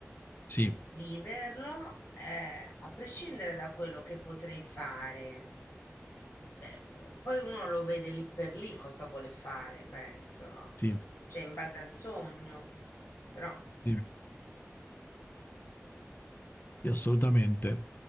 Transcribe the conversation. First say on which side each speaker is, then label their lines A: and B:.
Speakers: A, on the left; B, on the left.
A: Sì,
B: Viverlo, eh, a prescindere da quello che potrei fare, eh, u- poi uno lo vede lì per lì cosa vuole fare, penso, no?
A: sì,
B: Cioè, in base al sogno, però
A: sì. Sì, assolutamente.